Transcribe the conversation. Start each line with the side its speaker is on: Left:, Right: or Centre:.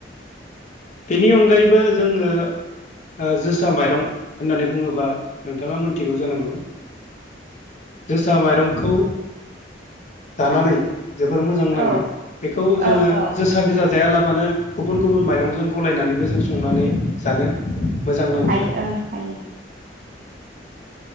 Left: बेनि अनगायैबो जोङो ओ जोसा माइरं होननानै बुङोबा नोंथाङा मोनथिगौ जानांगौ जोसा माइरंखौ जानानै जोबोर मोजां नाङो
Right: औ
Left: बेखौ जोङो
Right: औ औ
Left: जोसा गोजा जायाला मानो गुबुन गुबुन माइरंजों गलायनानैबो जों संनानै जानो मोजां नाङो
Right: हायो
Left: आरो
Right: ओं हायो